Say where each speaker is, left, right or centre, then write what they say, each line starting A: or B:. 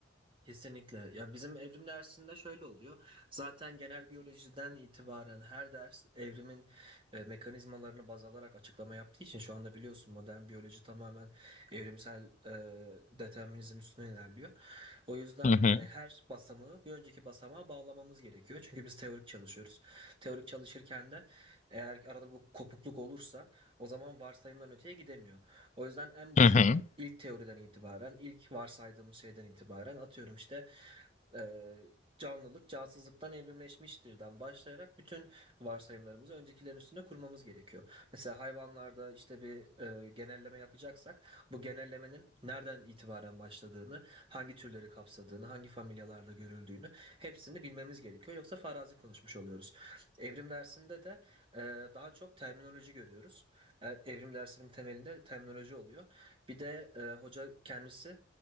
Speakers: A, on the right; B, on the left.
A: Kesinlikle. Ya bizim evrim dersinde şöyle oluyor. Zaten genel biyolojiden itibaren her ders evrimin e, mekanizmalarını baz alarak açıklama yaptığı için şu anda biliyorsun modern biyoloji tamamen evrimsel e, determinizm üstüne ilerliyor. O yüzden
B: Hı hı.
A: hani her basamağı bir önceki basamağa bağlamamız gerekiyor. Çünkü biz teorik çalışıyoruz. Teorik çalışırken de eğer arada bir kopukluk olursa o zaman varsayımdan öteye gidemiyor. O yüzden en başından,
B: Hı hı.
A: ilk teoriden itibaren, ilk varsaydığımız şeyden itibaren atıyorum işte e, canlılık cansızlıktan evrimleşmiştir'den başlayarak bütün varsayımlarımızı öncekilerin üstüne kurmamız gerekiyor. Mesela hayvanlarda işte bir e, genelleme yapacaksak bu genellemenin nereden itibaren başladığını, hangi türleri kapsadığını, hangi familyalarda görüldüğünü hepsini bilmemiz gerekiyor. Yoksa farazi konuşmuş oluyoruz. Evrim dersinde de e, daha çok terminoloji görüyoruz. E, Evrim dersinin temelinde terminoloji oluyor. Bir de e, hoca kendisi